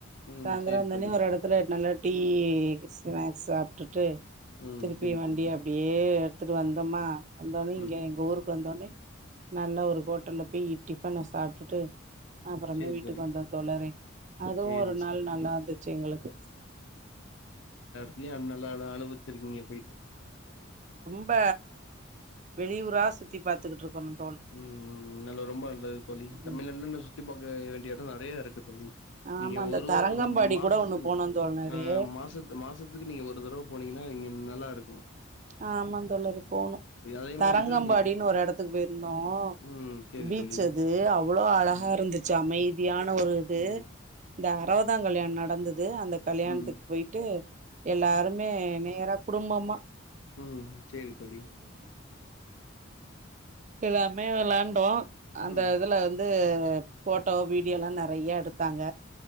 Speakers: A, on the left; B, on the right.
A: ம்
B: சாய்ந்தர
A: சேரி
B: வந்தோன்னே
A: தோழி
B: ஒரு எடத்துல நல்ல டீ ஸ்நாக்ஸ் சாப்ட்டுட்டு
A: ம்
B: திருப்பியு
A: செரி
B: வண்டிய
A: தோழி
B: அப்டியே எடுத்துட்டு வந்தோமா இருந்தாலும் இங்க
A: ம்
B: எங்க ஊருக் வந்தோன்னே நல்லா ஒரு ஹோட்டல்ல போய் டிஃபன சாப்ட்டுட்டு அப்புறமே
A: செரி
B: வீட்டுக்கு
A: தோழி
B: வந்தோ தோழரே அதுவு
A: சேரி
B: ஒரு
A: செரி
B: நாள்
A: தோழி
B: நல்லா இருந்துச்சு எங்களுக்கு
A: லியும் நல்லா நல்லா அனுபவிச் ச்சிருக்கீங்க போயிட்டு
B: ம்ப வெளியூரா சுத்தி பார்த்துக்கிட்டு இருக்கோணும்
A: ம் ம் நல்ல ரொம்ப நல்லதுங்க தோழி தமிழ்நாட்ல
B: ம்
A: சுத்தி பாக்க வேண்டிய எடம் நறைய இருக்கு தோழி
B: ஆமா
A: நீங்க
B: அந்த
A: ஒரு
B: தரங்கம்பாடி
A: ஒரு மாசத்துக்கு
B: கூட ஒண்ணு போனோ தோழரே
A: ஆ மாசத்து மாசத்துக்கு நீங்க ஒரு தடவை போனீங்கன்னா நல்லாருக்கும்
B: ஆ ஆமா தோழரே போணும்
A: அதே
B: தரங்கம்பாடினு
A: மாரி இது இருக்குல
B: ஒரு எடத்துக்கு போயிருந்தோம் ஆ
A: ம் சேரி
B: பீச்
A: தோழி
B: அது அவ்வளோ அழகா
A: ம்
B: இருந்துச்சு அமைதியான ஒரு இது
A: ம்
B: இந்த அறவதா கல்யாண நடந்தது அந்த கல்யாணத்துக்கு
A: ம்
B: போயிட்டு எல்லாருமே நேரா குடும்பமா
A: உம் சேரி தோழி
B: எல்லாருமே வெளாண்டோம் அந்த
A: ம்
B: இதுல வந்து போட்டோ வீடியோல்லாம் நறைய எடுத்தாங்க